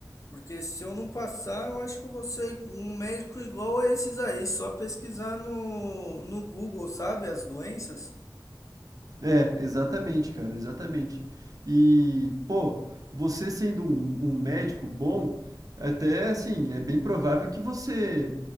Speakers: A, on the left; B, on the right.
A: Porque se eu não passar, eu acho que eu vou ser um médico igual a esses aí, só pesquisar no, no Google, sabe, as doenças.
B: É, exatamente, cara, exatamente. E, pô, você sendo um, um médico bom, até assim, é bem provável que você